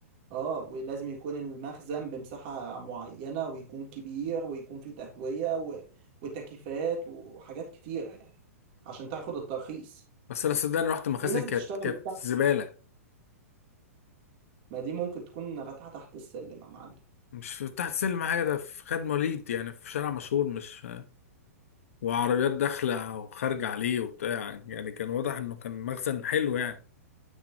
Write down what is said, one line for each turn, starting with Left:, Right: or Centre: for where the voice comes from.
Right: اه ولازم يكون المخزن بمساحة معينة ويكون كبير ويكون فيه تهوية و... وتكييفات وحاجات كتيرة يعني عشان تاخد الترخيص
Left: بس انا صدقني رحت مخازن
Right: في ناس
Left: كانت
Right: بتشتغل
Left: كانت
Right: من تحت
Left: زباله
Right: ما دي ممكن تكون فاتحة تحت السلم يا معلم
Left: مش في تحت سلم حاجة ده في خد مواليد يعني في شارع مشهور مش وعربيات داخلة وخارجة عليه وبتاع يعني كان واضح إنه كان مخزن حلو يعني